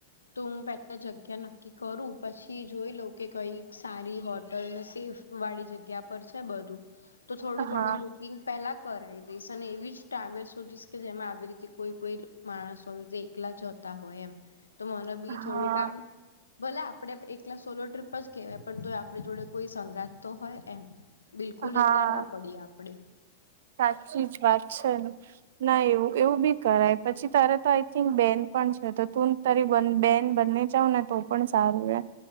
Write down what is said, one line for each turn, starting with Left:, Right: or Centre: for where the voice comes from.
Left: તો હું પે જગ્યા નક્કી કરું પછી જોઈ લઉ કે કઈ સારી હોટલ ને સેફ વાળી જગ્યા પર છે બધું તો થોડું
Right: હા
Left: ઘણુ બુક કિંગ પેલા કરાયી દઈશ અને એવી જ ટ્રાવેસ સોધીશ કે જેમાં આવી રીતે કોઈ કોઈ માણસ હોય જે એકલા જતા હોય એમ તો મને બી
Right: હા
Left: થોડુંક આમ ભલે આપડે એકલા સોલો ટ્રીપ જ કેવાય પણ તોય આપડી જોડે કોઈ સંગાત તો હોય એમ. બિલકુલ
Right: હા
Left: એકલા ના પડીએ આપડે.
Right: સાચી જ વાત છેને ના એવું એવું બી-' કરાય પછી તારે તો આઈ થિંક બેન પણ છે તો તુંન તારી બં બેન બંને જાઉં ને તો પણ સારું રે.